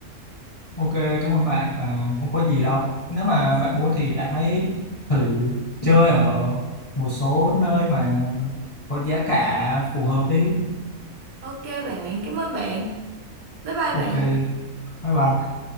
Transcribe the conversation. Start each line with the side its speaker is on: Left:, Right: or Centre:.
Left: ok cảm ơn bạn và không có gì đâu nếu mà bạn muốn thì bạn hãy thử chơi ở một số nơi mà có giá cả phù hợp đi
Right: Ok bạn, cảm ơn bạn. Bye bye
Left: ok
Right: bạn.
Left: bye bye